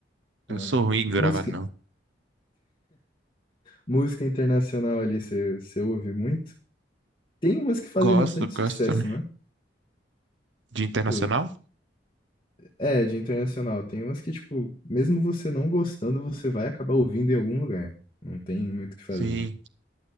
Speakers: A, on the right; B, on the left.
A: eu
B: Aham.
A: sou ruim em gravar,
B: Música,
A: não.
B: música internacional ali, você, você ouve muito? Tem umas que fazem
A: Gosto,
B: bastante sucesso,
A: gosto também.
B: né?
A: De internacional?
B: Pô, É, de internacional. Tem umas que, tipo, mesmo você não gostando, você vai acabar ouvindo em algum lugar. Não tem muito o que fazer.
A: Sim,